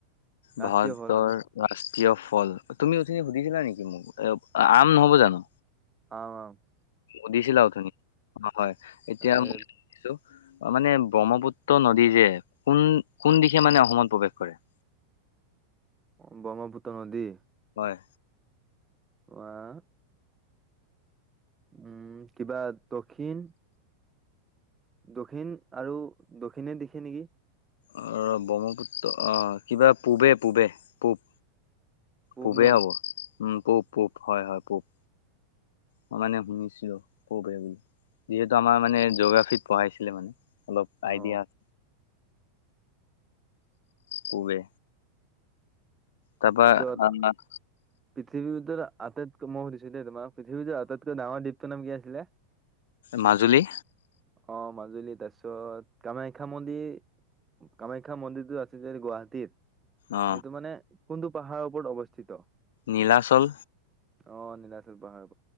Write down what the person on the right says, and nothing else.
ৰাষ্ট্ৰীয়
ফল মানে
অম
এ
অ' ব্ৰহ্মপুত্ৰ নদী?
আহ? উম কিবা দক্ষিণ দক্ষিণ আৰু দক্ষিণে দিখে নেকি?
পূব
ন
অ
তত
পৃথিৱী আটাইতকৈ ম সু দিছো দেই তোাৰ পৃথিৱীটোৰ আটাইতকৈ ডাঙৰ দীপ্ত নাম কি আছিলে?
অ মাজুলী তাৰ পিছত কামাখ্যা মন্দিৰ কামাখ্যা মন্দিৰো আছে যে গুৱাহাটীত। সেইটো
মানে কোনটো পাহাৰৰ ওপৰত অৱস্থিত?
অ' নীলাচল পাহাৰ।